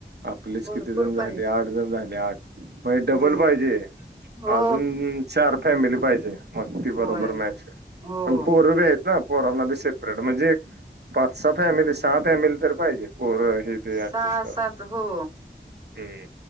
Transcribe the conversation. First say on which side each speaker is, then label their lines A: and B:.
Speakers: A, on the right (about 70°); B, on the right (about 25°).
A: आपलेच
B: भरपूर
A: किती जण
B: पाहिजे
A: झाले आठ जण झाले आठ मण डबल
B: हम्म
A: पाहिजे
B: हो
A: अजून चार फॅमिली पाहिजे मस्ती
B: होय
A: बरोबर मॅच
B: हो
A: पण पोरवे आहेत ना पोरांना सेपरेट म्हणजे एक पाच सहा फॅमिली सहा फॅमिली तर पाहिजे परं हे ते यास
B: सहा
A: का
B: सात हो
A: हम्